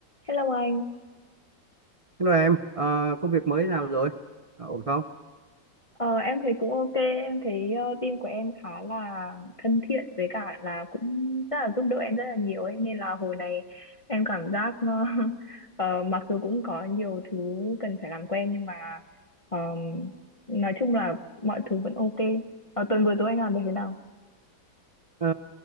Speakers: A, on the left; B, on the right.
A: Hello anh,
B: Hello em, Ờ, công việc mới thế nào rồi? Ờ, ổn không?
A: ờ, em thấy cũng ok, em thấy ờ, team của em khá là thân thiện với cả là cũng rất là giúp đỡ em rất là nhiều ấy nên là hồi này em cảm giác ờ, <laughs> ờ, mặc dù cũng có nhiều thứ cần phải làm quen nhưng mà ờm, nói chung là mọi thứ vẫn ok. Ờ, tuần vừa rồi anh làm được thế nào?
B: Ờ,